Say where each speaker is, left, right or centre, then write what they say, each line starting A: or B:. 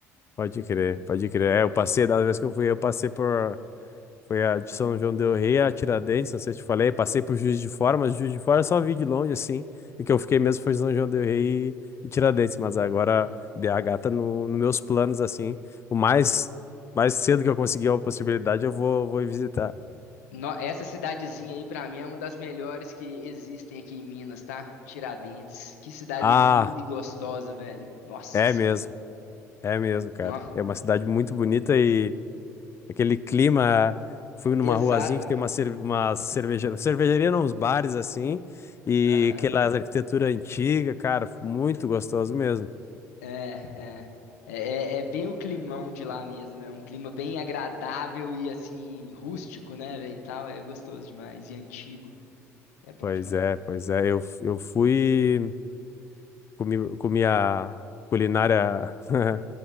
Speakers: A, on the left; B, on the left.
A: Pode crer, pode crer. É, eu passei, da vez que eu fui, eu passei por. Foi a de São João del Rei, a Tiradentes, não sei se te falei. Passei por Juiz de Fora, mas Juiz de Fora eu só vi de longe, assim. O que eu fiquei mesmo foi São João del Rei e Tiradentes, mas agora BH tá no, nos meus planos, assim. O mais, mais cedo que eu conseguir uma possibilidade, eu vou, vou ir visitar. <laughs>
B: No- essa cidadezinha aí, pra mim, é uma das melhores que existem aqui em Minas, tá? Tiradentes. Que cidade
A: Ah,
B: linda e gostosa, velho. Nossa
A: é
B: Senhora.
A: mesmo, é mesmo,
B: Nó.
A: cara. É uma cidade muito bonita e Aquele clima, fui numa
B: Exato.
A: ruazinha que tem uma, cer- uma cervejaria, cervejaria não, uns bares assim, e
B: Aham.
A: aquela arquitetura antiga, cara, muito gostoso mesmo.
B: É, é. É, é- é bem o climão de lá mesmo. É um clima bem agradável e, assim, rústico, né, velho? E tal. É gostoso demais. E antigo. É bom
A: Pois
B: demais.
A: é, pois é, eu, eu fui, comi, comi a culinária <laughs>